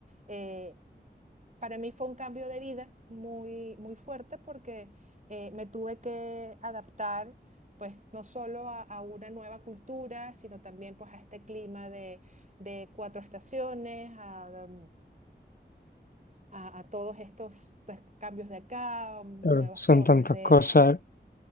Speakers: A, on the right (about 40°); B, on the left (about 55°).
A: eh, para mí fue un cambio de vida muy, muy fuerte porque eh, me tuve que adaptar pues no solo a, a, una nueva cultura, sino también pues a este clima de, de cuatro estaciones, a, a, a, todos estos pues, cambios de acá, nuevas
B: claro, son
A: formas
B: tantas
A: de...
B: cosas.